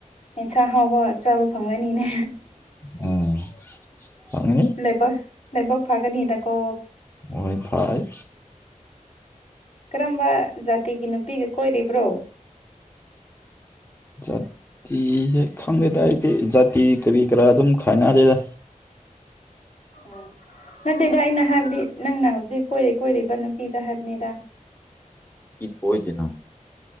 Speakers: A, on the left (about 55°); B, on the left (about 15°).
A: ꯌꯦꯟꯁꯥꯡ ꯑꯍꯥꯎꯕ ꯆꯥꯕ ꯐꯪꯂꯅꯤꯅꯦ
B: ꯎꯝ ꯈꯪꯒꯅꯤ
A: ꯂꯩꯕꯛ ꯂꯩꯕꯛ ꯐꯥꯒꯅꯤꯗꯀꯣ
B: ꯍꯣꯏ ꯐꯩ
A: ꯀꯔꯝꯕ ꯖꯥꯇꯤꯒꯤ ꯅꯨꯄꯤꯒ ꯀꯣꯏꯔꯤꯕ꯭ꯔꯣ
B: ꯆꯠ ꯥꯇꯤꯖꯦ ꯈꯪꯗꯦꯗ ꯑꯩꯗꯤ ꯖꯥꯇꯤ ꯀꯔꯤ ꯀꯔꯥ ꯑꯗꯨꯝ ꯈꯥꯏꯅꯗꯦꯗ
A: ꯑꯣ ꯅꯠꯇꯦꯗ ꯑꯩꯅ ꯍꯥꯏꯕꯗꯤ ꯅꯪꯅ ꯍꯧꯖꯤꯛ ꯀꯣꯏꯔꯤ ꯀꯣꯏꯔꯤꯕ ꯅꯨꯄꯤꯗꯣ ꯍꯥꯏꯕꯅꯦꯗ
B: ꯏ ꯀꯣꯏꯗꯦꯅ